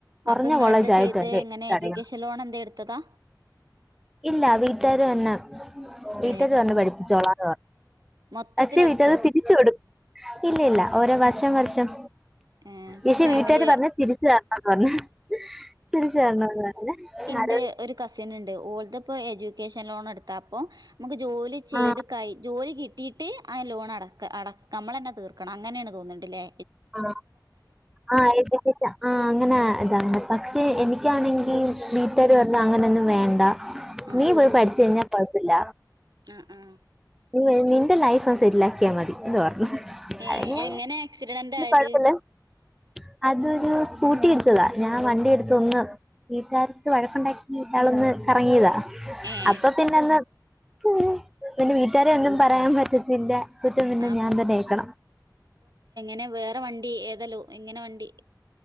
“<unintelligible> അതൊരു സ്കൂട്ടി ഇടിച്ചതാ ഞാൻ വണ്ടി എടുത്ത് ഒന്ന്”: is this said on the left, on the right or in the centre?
Centre